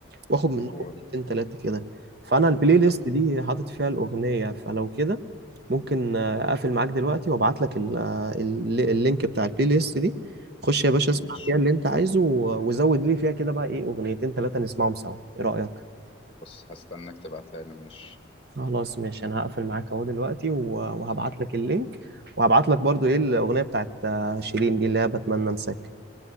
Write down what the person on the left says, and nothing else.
و-
طب
ماشي
بس هستناك تبعتها لي ماشي